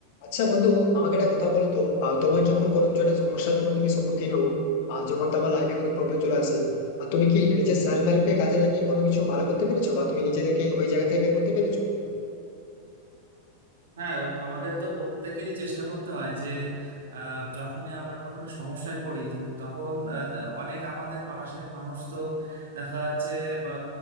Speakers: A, on the left; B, on the right.
A: আচ্ছা বন্ধু আমাকে একটা কথা বলো তো আহ, তোমার যখন কোনো কিছু একটা সমস্যা যখন তুমি সম্মুখীন হও আহ, যখন তোমার লাইফে কোনো প্রবলেম চলে আসে আর তুমি কি নিজের সেলফ হেল্পে কাজে লাগিয়ে কোনো কিছু ভালো করতে পেরেছো বা তুমি নিজেকে ওই জায়গা থেকে বের করতে পেরেছো
B: হ্যাঁ আমাদের তো প্রত্যেকেরই চেষ্টা করতে হয় যে আহ, যখনই আমরা কোনো সমস্যায় পড়ি তখন আহ, দ- অনেক আমাদের পাশের মানুষ তো দেখা যাচ্ছে বা,